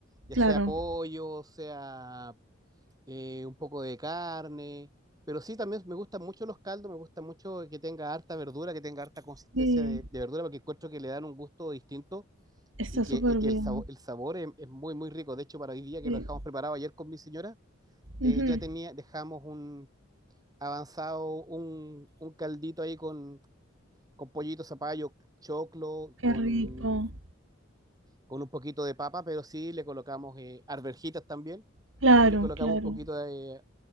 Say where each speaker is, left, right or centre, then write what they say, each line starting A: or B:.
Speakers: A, on the right; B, on the right.
A: ya
B: Claro,
A: sea pollo, sea eh, un poco de carne, pero sí también me gustan mucho los caldos, me gusta mucho que tenga harta verdura, que tenga harta consistencia
B: sí,
A: de, de verdura, porque encuentro que le dan un gusto distinto
B: está
A: y que,
B: súper
A: y que
B: bien.
A: el, sabor el sabor es, es muy, muy rico. De hecho, para hoy día que
B: sí.
A: lo dejamos preparado ayer con mi señora,
B: Ujú,
A: eh, ya tenía, dejamos un avanzado un, un caldito ahí con, con pollito, zapallo, choclo,
B: Qué
A: con,
B: rico.
A: con un poquito de papa, pero sí le colocamos eh, arvejitas también,
B: Claro,
A: pero le colocamos
B: claro.
A: un poquito de,